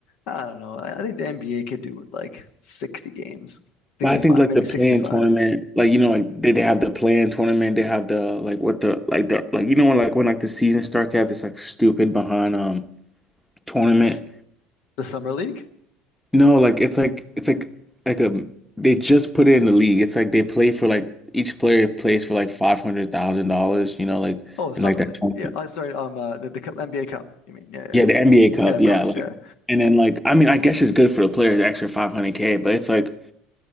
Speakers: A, on the left; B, in the centre.
A: I don't know. I, I think the NBA could do with like 60 games, 65,
B: But I think like
A: maybe
B: the playing
A: 65.
B: tournament, like you know, like they, they have the playing tournament, they have the like what the like the like you know when like when like the season starts, they have this like stupid behind um tournament.
A: This, the Summer League?
B: No, like it's like it's like like a they just put it in the league. It's like they play for like each player plays for like five hundred thousand dollars, you know, like
A: Oh, the
B: and
A: Summer
B: like that.
A: League.
B: tournament.
A: Yeah. I sorry. Um, uh, the, the NBA Cup. You mean? Yeah, yeah,
B: Yeah, the NBA Cup,
A: yeah. Of
B: yeah,
A: course.
B: like
A: Yeah.
B: and then like I mean I guess it's good for the player, the extra five hundred K, but it's like